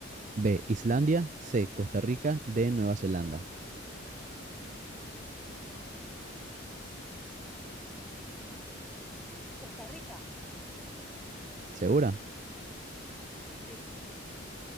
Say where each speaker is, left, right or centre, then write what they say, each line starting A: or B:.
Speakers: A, on the right (about 40°); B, in the centre.
A: B, Islandia, C, Costa Rica, D, Nueva Zelanda.
B: Mm, Costa Rica,
A: ¿Segura?
B: sí.